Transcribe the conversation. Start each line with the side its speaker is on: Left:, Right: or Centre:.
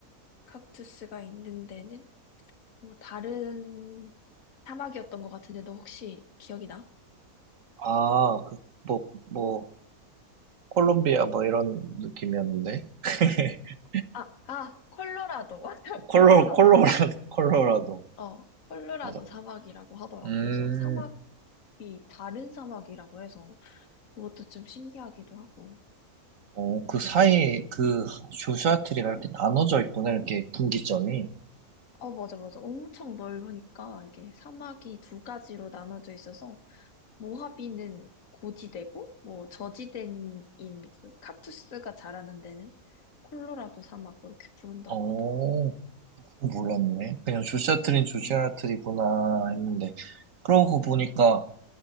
Left: 칵투스가 있는 데는 뭐 다른 사막이었던 것 같은데, 너 혹시 기억이 나?
Right: 아, 그, 뭐, 뭐, 콜롬비아 뭐 이런 느낌이었는데 <laughs>
Left: 아, 아, 콜로라도. <laughs> 맞아,
Right: 콜로
Left: 콜로라도.
Right: 콜로라 콜로라도
Left: 어, 콜로라도
Right: 맞아.
Left: 사막이라고 하더라고.
Right: 음,
Left: 그래서 사막이 다른 사막이라고 해서 그것도 좀 신기하기도 하고.
Right: 어, 그 사이 그 조슈아트리가 이렇게 나눠져 있구나 이렇게 분기점이.
Left: 어, 맞아, 맞아. 엄청 넓으니까 이게 사막이 두 가지로 나눠져 있어서 모하비는 고지대고, 뭐, 저지대인 그 kaktu스가 자라는 데는 콜로라도 사막 그렇게 부른다고
Right: 어,
Left: 하더라고.
Right: 그거 몰랐네. 그냥 조슈아트리는 조슈아트리구나
Left: 어.
Right: 했는데 그러고 보니까